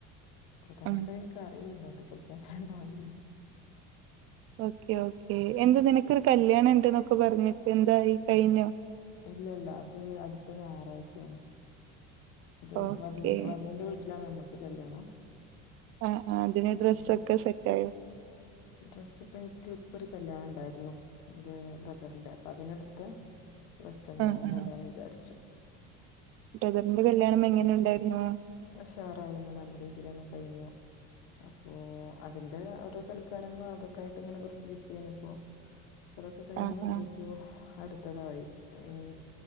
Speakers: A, on the left (about 75°); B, on the right (about 45°).
A: അത്ര തന്നെണ്ട്
B: ആഹ്
A: അറിയില്ലട്ടോ ചെലപ്പോ അത്ര ഉണ്ടാവില്ല
B: ഓക്കെ ഒക്കെ എന്താ നിനക്കൊരു കല്യാണം ഇണ്ട് എന്നൊക്കെ പറഞ്ഞിട്ട് എന്തായി കയിഞ്ഞോ?
A: ഇല്ലല്ല അത് അടുത്ത ഞാറാഴ്ച്ചയാണ് അത്
B: ഓക്കെ
A: വധു വധുന്റെ വീട്ടിലാണ് ഞമ്മക്ക് കല്യാണം
B: എ ആതിന്
A: അപ്പൊ
B: ഡ്രസൊക്കെ സെറ്റായൊ
A: ഡ്രസ്സ് ഇപ്പം എനിക്ക് ഇപ്പൊ ഒരു കല്യാണണം ഉണ്ടായിരുന്നു എന്റെ ബ്രദറിന്റെ അപ്പൊ അതിന് എട്ത്തെ ഡ്രസ്സ് ഉണ്ട്
B: ആ
A: അത് തന്നെ
B: ആ
A: ഇടാന്ന് വിചാരിച്ചു
B: ബ്രദറിന്റെ കല്യാണം എങ്ങനെ ഉണ്ടായിരുന്നു
A: ഉഷാറായിന്നു നല്ല രീതിൽ തന്നെ കഴിഞ്ഞു അപ്പോ അതി ഓരോ സല്ക്കാരും അതൊക്കൊയായിട്ട് ഇങ്ങെനെ കുറച്ച് ബിസിയ്യാണ് ഇപ്പോ അതൊക്കെ കഴിഞ്ഞു
B: ആ ആ
A: ഒരു അടുത്തതായി ഇനി